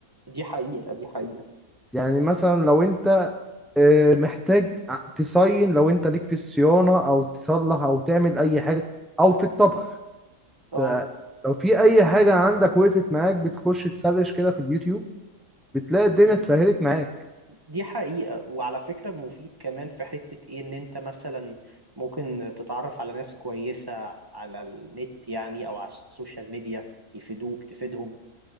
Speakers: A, on the right; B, in the centre.
A: دي حقيقة دي حقيقة
B: يعني مثلا لو انت آه، محتاج ع- تصين لو انت ليك في الصيانة او تصلح او تعمل اي حاجة او في الطبخ
A: اه
B: ت- لو في اي حاجة عندك وقفت معاك بتخش تسرش كده في اليوتيوب بتلاقي الدنيا
A: مم.
B: اتسهلت معاك
A: دي حقيقة وعلى فكرة مفيد كمان في حتة ايه ان انت مثلا ممكن تتعرف على ناس كويسة على النت يعني او على السوشيال ميديا يفيدوك تفيدهم